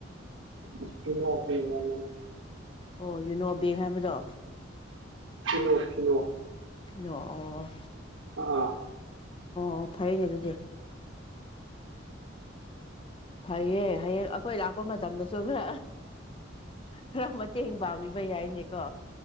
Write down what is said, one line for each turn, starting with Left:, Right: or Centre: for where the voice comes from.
Right: <unintelligible>
Left: ꯑꯣ ꯌꯨꯅꯣ ꯕꯦꯡ ꯍꯥꯏꯕꯗꯣ
Right: ꯀꯅꯣ ꯀꯅꯣ
Left: ꯐꯤꯅꯣꯑꯣ ꯑꯣ
Right: ꯑꯥ
Left: ꯑꯣ ꯐꯩꯅꯦ ꯑꯗꯨꯗꯤ ꯐꯩꯌꯦ ꯍꯌꯦꯡ ꯑꯩꯈꯣꯏ ꯂꯥꯛꯄ ꯃꯇꯝꯗꯁꯨ ꯈꯔ ꯈꯔ ꯃꯇꯦꯡ ꯄꯥꯡꯕꯤꯕ ꯌꯥꯏꯅꯦꯀꯣ